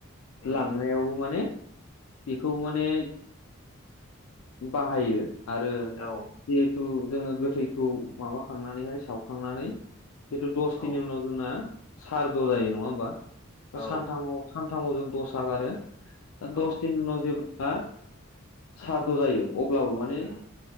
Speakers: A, on the left; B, on the left.
A: उम
B: लांनायावबो माने। बेखौ माने बाहायो आरो
A: औ
B: बे थु जोङो गोथैखौ माबाखांनानैहाय सावखांनानै जितु दसथिनि
A: औ
B: उनाव जोंना सारद' जायो नङा होमबा।
A: औ
B: सानथामाव सानथामाव जों दस ह गारो द
A: औ
B: दस दिनि उनाव जेब्ला सारद' जायो अब्लाबो माने
A: उम